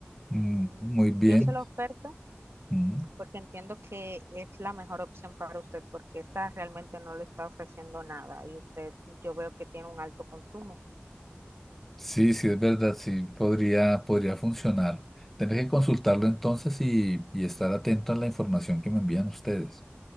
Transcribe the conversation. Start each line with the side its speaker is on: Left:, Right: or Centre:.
Centre: Mm,
Right: mm,
Centre: muy bien.
Right: yo se la oferto
Centre: Ujú.
Right: porque entiendo que es la mejor opción para usted, porque esta realmente no le está ofreciendo nada y usted, yo veo que tiene un alto consumo.
Centre: Sí, sí, es verdad, sí, podría, podría funcionar. Tendré que consultarlo entonces y, y estar atento a la información que me envían ustedes.